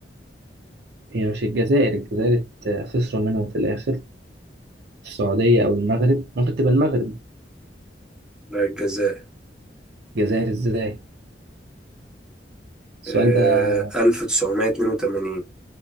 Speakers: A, on the right; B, in the centre.
A: هي مش الجزائر الجزائر ات- خسروا منهم في الآخر السعودية أو المغرب ممكن تبقى المغرب
B: لا الجزائر
A: الجزائر ازاي السؤال
B: آه،
A: ده
B: 1982